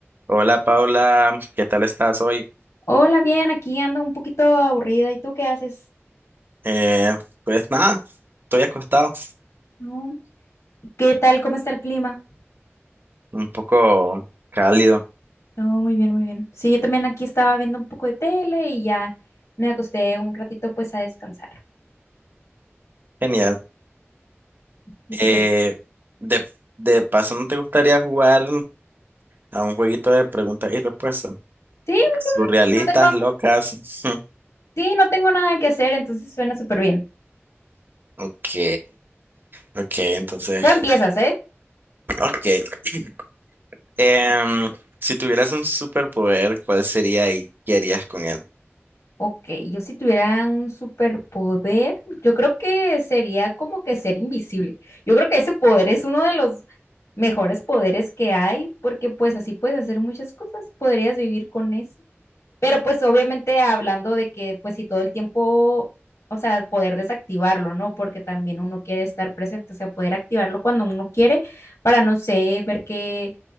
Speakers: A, on the right; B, on the left.
A: Hola Paula, ¿qué tal estás hoy?
B: Hola, bien, aquí ando un poquito aburrida. ¿Y tú qué haces?
A: Eh, pues nada, estoy acostado,
B: No. ¿Qué tal? ¿Cómo está el clima?
A: un poco cálido,
B: No, muy bien, muy bien. Sí, yo también aquí estaba viendo un poco de tele y ya me acosté un ratito pues a descansar.
A: genial.
B: Sí,
A: Eh,
B: súper bien.
A: de, de paso, ¿no te gustaría jugar a un jueguito de preguntas y respuestas?
B: Sí, va
A: Surrealistas,
B: que va. no tengo,
A: locas. <laughs>
B: sí, no tengo nada que hacer, entonces suena súper bien.
A: Ok, ok, entonces,
B: Tú empiezas, ¿eh?
A: ok. <clears throat> Em, si tuvieras un superpoder, ¿cuál sería y qué harías con él?
B: Ok, yo si tuviera un superpoder, yo creo que sería como que ser invisible. Yo creo que ese poder es uno de los mejores poderes que hay, porque pues así puedes hacer muchas cosas, podrías vivir con eso. Pero pues obviamente hablando de que pues si todo el tiempo, o sea, poder desactivarlo, ¿no? Porque también uno quiere estar presente, o sea, poder activarlo cuando uno quiere para, no sé, ver que